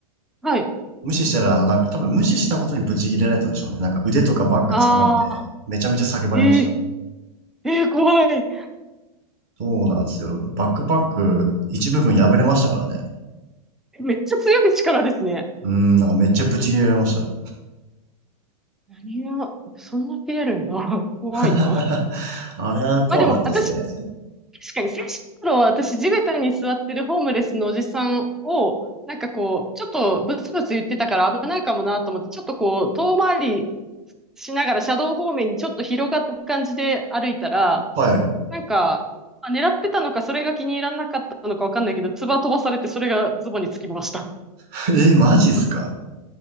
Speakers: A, in the centre; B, on the right.
A: はい。
B: 無視したら、あのなんか多分無視したことにブチギレられたんでしょうね。なんか腕とかバッグ掴まれて、
A: ああ、
B: めちゃめちゃ叫ばれました。
A: えええー怖い。
B: そうなんですよ。バックパック一部分破れましたからね。
A: めっちゃ強い力ですね。
B: うーん、なんかめっちゃブチギレられました。
A: 何が、そんな切れるんだ。<laughs> 怖いな。
B: <laughs> あれは怖かったですね。
A: まあでも、私確かに最初の頃は私地べたに座ってるホームレスのおじさんを、なんかこう、ちょっとブツブツ言ってたから危ないかもなと思って、ちょっとこう、遠回りしながら車道方面にちょっと広がった感じで歩いたら、
B: はい。
A: なんか、まあ狙ってたのか、それが気に入らなかったのかわかんないけど、唾飛ばされてそれがズボンにつきました。
B: <laughs> えー、マジっすか